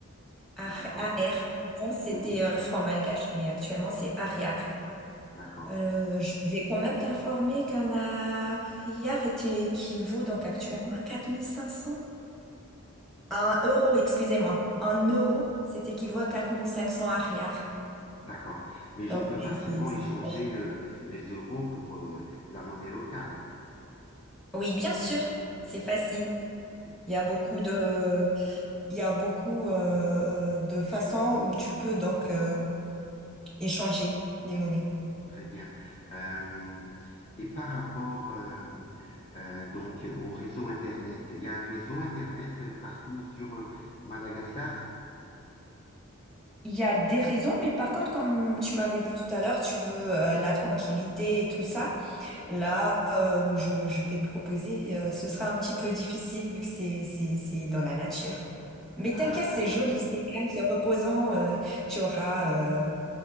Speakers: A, in the centre; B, on the left.
A: AR,
B: D'accord.
A: AR. Avant, c'était
B: Oui,
A: euh, franc malgache, mais actuellement, c'est ARIAR.
B: d'accord,
A: Euh, je vais quand même t'informer qu'un ARIAR est- équivaut donc actuellement à 4500. Un euro, excusez-moi. Un euro, c'est équivaut à 4500 arrière.
B: d'accord. Mais je
A: Donc,
B: peux facilement
A: c'est c'est- c'est
B: échanger
A: pas cher.
B: euh, les euros pour euh, la monnaie locale.
A: Oui, bien sûr, c'est facile.
B: Oui,
A: Il y a beaucoup de, il y a beaucoup euh, de façons où tu peux donc euh, échanger les monnaies.
B: très bien. Euh, et par rapport euh, euh, donc euh, au réseau Internet, il y a un réseau Internet euh, partout sur euh, Madagascar?
A: Il y a des raisons, mais par contre, comme tu m'avais dit tout à l'heure, tu veux euh, la tranquillité et tout ça. Là euh, où je, je t'ai proposé, euh, ce sera un petit peu difficile vu que c'est, c'est, c'est dans la nature. Mais
B: Ah,
A: t'inquiète, c'est
B: d'accord.
A: joli, c'est calme, c'est reposant. euh, tu auras euh,